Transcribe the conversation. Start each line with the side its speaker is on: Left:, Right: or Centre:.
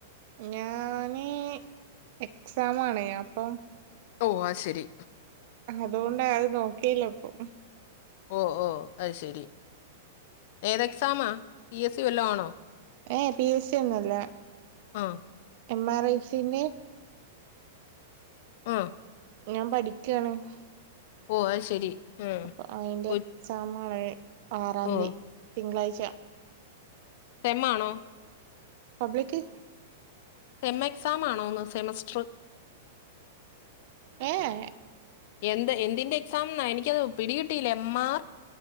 Right: ഞാന് എക്സാമാണ് അപ്പം.
Left: ഓഹ് അത് ശരി.
Right: അതോണ്ട് അത് നോക്കില്ല ഇപ്പൊ.
Left: ഓഹ് ഓഹ് അത് ശരി ഏത് എക്സാമാ? പി എസ് സി വല്ലോം ആണോ?
Right: ഏഹ് പി എസ് സി ഒന്നുമല്ല.
Left: ആ
Right: എം ആർ ഐ സിന്റെ
Left: ആഹ്
Right: ഞാൻ പഠിക്കയാണ്! !
Left: ഓഹ് അതു ശരി ഉം.
Right: അപ്പൊ അയിന്റെ
Left: കൊ-
Right: എക്സാമാണ്. ആറാം
Left: ഓ
Right: ന്തി തിങ്കളാഴ്ച
Left: സെമ്മാണോ?
Right: പബ്ലിക്ക്
Left: സെം എക്സാം ആണോന്ന് സെമസ്റ്റർ
Right: ഏഹ്.
Left: എന്ത് എന്തിന്റെ എക്സാംന്നാ? എനിക്കത് പിടികിട്ടിയില്ല, M, R??